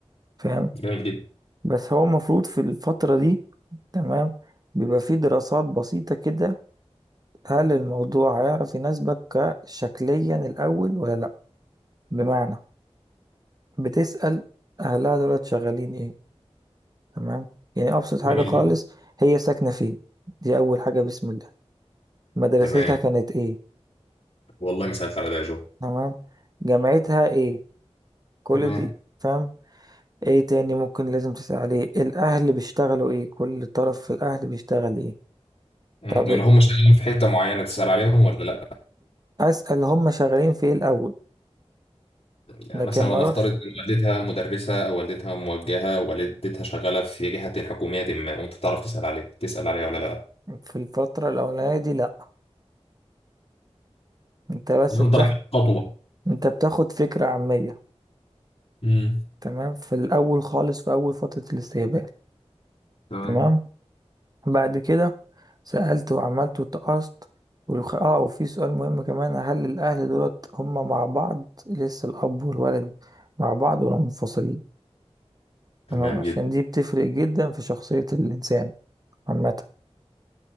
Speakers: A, on the right (about 35°); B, on the left (about 60°).
A: فاهم
B: جميل جدا
A: بس هو المفروض في الفترة دي تمام بيبقى فيه دراسات بسيطة كده هل الموضوع هيعرف يناسبك كشكليا الاول ولا لا بمعنى بتسأل اهلها دولت شغالين ايه تمام يعني ابسط حاجة
B: جميل
A: خالص
B: جدا
A: هي ساكنة فين دي اول حاجة بسم الله مدرستها
B: تمام
A: كانت ايه
B: والله ما سالت على ده يا جو
A: تمام جامعتها ايه كل
B: تمام
A: دي فاهم ايه تاني ممكن لازم تسأل عليه الاهل بيشتغلوا ايه كل طرف في الاهل بيشتغل ايه
B: مم.
A: طب
B: ولا هم شغالين في حتة معينة تسأل عليهم ولا لأ
A: اسأل هم شغالين في ايه الاول
B: يعني
A: لكن
B: مثلا
A: ما
B: ونفترض
A: اروحش
B: إن والدتها مدرسة أو والدتها موجهة أو والدتها شغالة في جهة حكومية ما وأنت تعرف تسأل عليه تسأل عليها ولا لأ
A: في الفترة الاولانية دي لا انت بس
B: لو
A: بتاخد
B: انت رايح خطوه
A: انت بتاخد فكرة عامية
B: امم
A: تمام في الاول خالص في اول فترة الاستقبال
B: تمام
A: تمام بعد كده سألت وعملت وتقصت والخ... اه وفي سؤال مهم كمان هل الأهل دولت هما مع بعض لسه الأب والولد مع بعض ولا منفصلين
B: تمام
A: تمام عشان
B: جدا
A: دي بتفرق جدا في شخصية الإنسان عامة